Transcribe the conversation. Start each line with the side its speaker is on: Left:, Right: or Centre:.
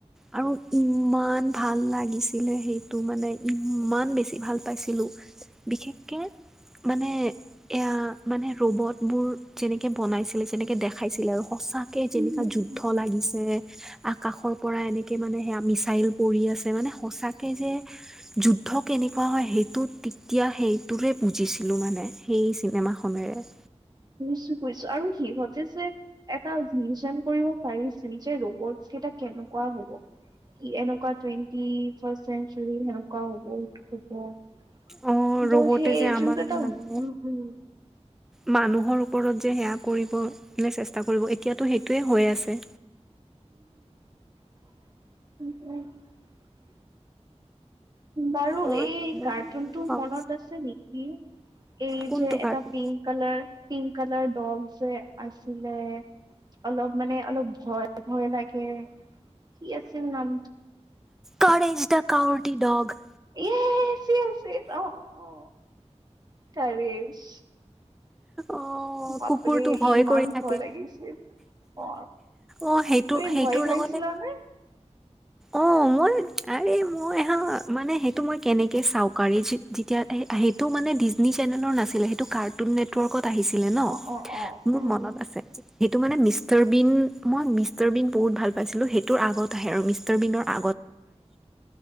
Centre: আৰু ইমান ভাল লাগিছিলে সেইটো মানে ইমান বেছি ভাল পাইছিলো বিশেষকে মানে এয়া মানে ৰবত বোৰ যেনেকে বনাইছিলে যেনেকে দেখাইছিলে আৰু সঁচাকে
Right: বুজিছো
Centre: যেনেকা যুদ্ধ লাগিছে আকাশৰ পৰা এনে সেয়া মিছাইল পৰি আছে মানে সঁচাকে যে যুদ্ধ কেনেকুৱা হয় সেইটোত তেতিয়া সেইটোৱৰে বুজিছিলোঁ মানে সেই চিনেমাখনেৰে
Right: ছো আৰু সিহঁতে যে এটা ভিন কৰিব পাৰিছিল যে ৰবট কেইটা <inaudible> কেনেকুৱা হব এনেকুৱা টেণ্টি ফ চেঞ্চুৰিনেকুৱা হব উ হব
Centre: অ', ৰবটে
Right: ত সেই
Centre: যে আমাৰ
Right: যোনক এটা
Centre: মানে
Right: উ উম
Centre: মানুহৰ ওপৰত যে সেয়া কৰিব চেষ্টা কৰিব এতিয়াতো সেই হৈ আছে।
Right: সক বাৰু
Centre: মই
Right: এই
Centre: ইমান
Right: কাৰ্টুনটো
Centre: ভাল পাওঁ
Right: মনত আছে নেকি এই
Centre: কোনটো
Right: যে
Centre: cartoon
Right: এটা pink colour pink colour dog যে আছিলে। অলপ মানে অলপ ভয় ভয় লাগে কি আছিল নাম
Centre: কাৰ এইজ কাৱৰট ডগ
Right: এ চ অ অ অ কৰিছ
Centre: অ'
Right: বাপৰে
Centre: কুকুৰটো ভয়
Right: ইমান
Centre: কৰি থাকে।
Right: ভয় লাগিছিল অ
Centre: অ' সেইটো
Right: তুমি
Centre: সেইটোৰ
Right: ভয় খাইছিলা
Centre: লগতে
Right: নে
Centre: অ মই আ মই হা মানে সেইটো মই কেনেকে চাকাৰে <inaudible> এতিয়া সেইটো মানে ডিজী চেনেলৰ নাছিলে সেইটো কাৰ্টুন নেটৱৰ্কত আহিছিলে ন
Right: অ অ অ
Centre: মোৰ
Right: উম
Centre: মনত
Right: উম
Centre: আছে সেইটো মানে মিষ্টাৰ বিন মই মিষ্টাৰ বিন বহুত ভাল পাইছিলো সেইটোৰ আগত আহে আৰু মি া আ